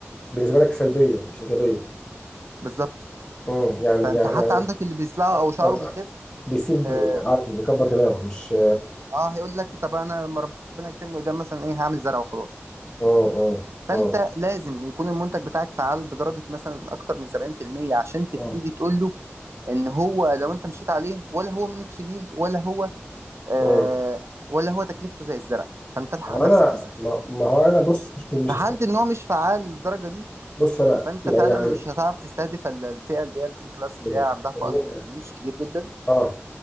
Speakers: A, on the left (about 20°); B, on the right (about 75°).
A: بالنسبة لك سلبية مش إيجابية
B: بالظبط
A: مم. يعني
B: فانت
A: يعني
B: حتى
A: يعني
B: عندك اللي بيصلع او شعره
A: طب
B: بيخف
A: بيسيب
B: اه
A: عادي بيكبر دماغه مش
B: آه، هيقول لك طب انا لما ربنا يكرمني قدام مثلا ايه هعمل زرع وخلاص
A: مم. مم.
B: فانت
A: مم.
B: لازم يكون المنتج بتاعك فعال بدرجه مثلا اكتر من 70% عشان تبتدي
A: مم.
B: تقول له ان هو لو انت مشيت عليه ولا هو مينوكسيديل ولا هو آه
A: مم.
B: ولا هو تكلفته زي الزرع فانت الحق
A: ما هو
B: نفسك
A: انا
B: من الاخر
A: ما ما هو انا بص مش مش
B: في حالة
A: هستنى
B: ان هو مش فعال للدرجة دي
A: بص انا
B: فانت
A: يعني
B: فعلا
A: يعني
B: مش هتعرف تستهدف ال- الفئة اللي هي الاي كلاس اللي
A: إن
B: هي عندها فائض
A: أنت-
B: من الفلوس كبير جدا
A: اه